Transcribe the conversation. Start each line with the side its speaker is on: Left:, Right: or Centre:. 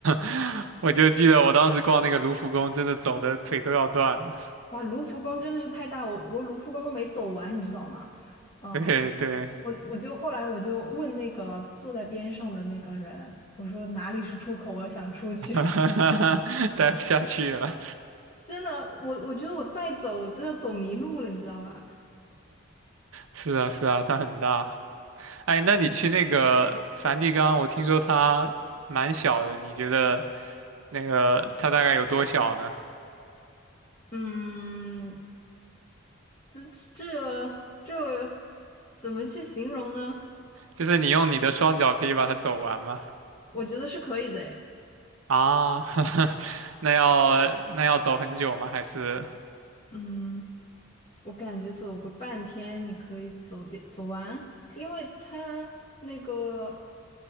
Right: <laughs> 我就记得我当时逛那个卢浮宫，真的走的腿都要断了。
Left: 哇，卢浮宫真的是太大，我我卢浮宫都没走完，你知道吗？嗯、
Right: 对对，
Left: 我我就后来我就问那个坐在边上的那个人，我说哪里是出口，我想出去。
Right: <laughs> 待不下去了。
Left: <laughs> 真的，我我觉得我再走就要走迷路了，你知道吧？
Right: 是啊是啊，它很大。哎，那你去那个梵蒂冈，我听说它蛮小的，你觉得那个它大概有多小呢？
Left: 嗯，这这这怎么去形容呢？
Right: 就是你用你的双脚可以把它走完吗？
Left: 我觉得是可以的，诶，
Right: 啊，<laughs> 那要那要走很久吗？还是？
Left: 嗯。我感觉走个半天你可以走的走完，因为它那个